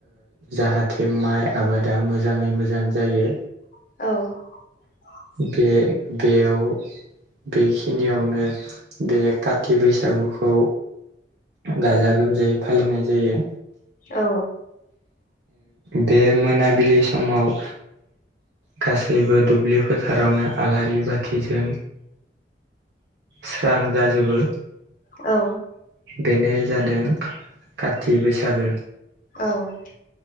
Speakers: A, on the right; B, on the left.
A: जाहाथे माइ आबादा मोजाङै मोजां जायो
B: औ
A: बे बेयाव बेखिनियावनो बे काति बैसागुखौ गाजा गोमजायै फालिनाय जायो
B: औ
A: बे मोनाबिलि समाव गासैबो दुब्लि फोथारावनो आलारि बाथिजों स्रां जाजोबो
B: औ
A: बेनो जादों कति बैसागो
B: औ